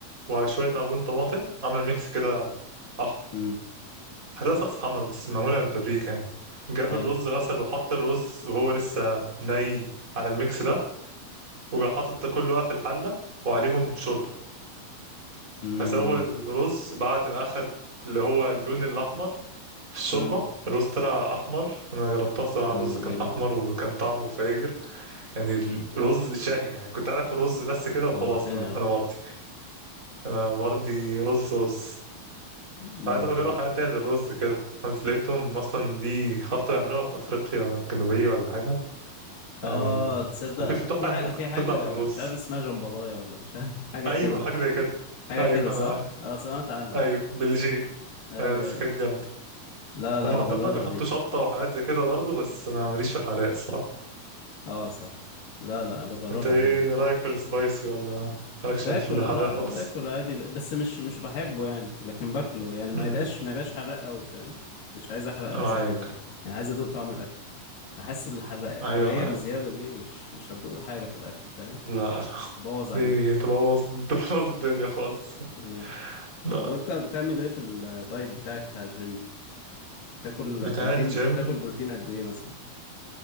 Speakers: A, on the right; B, on the left.
A: وشويه معجون طماطم عمل ميكس كده احمر
B: مم.
A: هتلاقي صلصه حمرا بس معموله من بابريكا يعني جاب
B: حلو
A: الرز غسل وحط الرز وهو لسه ني على الميكس ده وجا حاطط ده كله بقى في الحله وعليهم شوربه
B: مم.
A: فسوى الرز بعد ما اخد اللي هو اللون الاحمر في الشوربه
B: مم.
A: الرز طلع احمر انا جربتها صراحه
B: يلا
A: الرز كان
B: بينا
A: احمر وكان طعمه فاجر يعني الرز شهي يعني كنت عايز اكل رز بس كده وخلاص
B: جوعتني
A: انا
B: يا عم
A: انا مرضي انا مرضي رز رز
B: يلا
A: عايز أبقى
B: بينا
A: اجرب حاجات تانية للرز كده بس لقيتهم اصلا دي خلطه بيعملوها في افريقيا الجنوبيه ولا حاجه
B: اه
A: يعني
B: تصدق
A: ما كنتش متوقع
B: في حاجة
A: ان ممكن
B: في حاجة
A: تطلع من الرز
B: مش عارف اسمها جمبلاية ولا مش عارف <laughs> حاجة
A: ايوه
B: كده
A: حاجه زي كده
B: حاجة
A: ايوه
B: كده صح؟
A: انا
B: اه سمعت عنها
A: ايوه بلجيه
B: ايوه
A: آه، بس
B: ايوه
A: كانت جامده
B: لا لا
A: هم
B: بجربها
A: عندهم بقى بيحطوا
B: دي
A: شطة وحاجات زي كده برضه بس أنا ماليش في الحراق الصراحة
B: اه صح لا لا أنا بجربها
A: أنت إيه
B: دي يعني
A: رأيك في السبايسي ولا مالكش
B: باكل
A: في الحراق
B: لا لا
A: خالص؟
B: باكل عادي ب- بس مش مش بحبه يعني لكن باكله يعني ما
A: امم
B: يبقاش ما يبقاش حراق قوي فاهم مش عايز احرق
A: معاك
B: لساني برضه يعني عايز ادوق طعم الاكل احس الحراق الحرقية
A: أيوه
B: بالزيادة دي مش مش هتدوق حاجة في الاكل فاهم
A: لا لا.
B: بوظ عليك
A: دي تبوظ تبوظ الدنيا خالص
B: اه
A: لا
B: طب وانت بتعمل ايه في الدايت بتاعك بتاع الجيم بتاكل
A: بتاع
B: بروتين
A: الجيم
B: بتاكل بروتين قد ايه مثلا